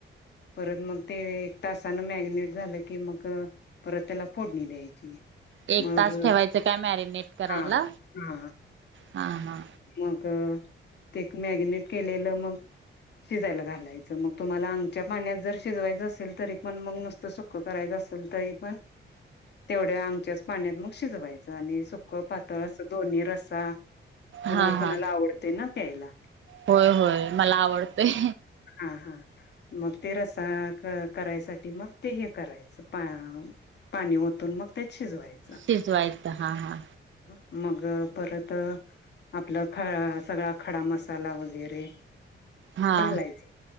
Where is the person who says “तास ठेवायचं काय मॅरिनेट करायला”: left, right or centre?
Right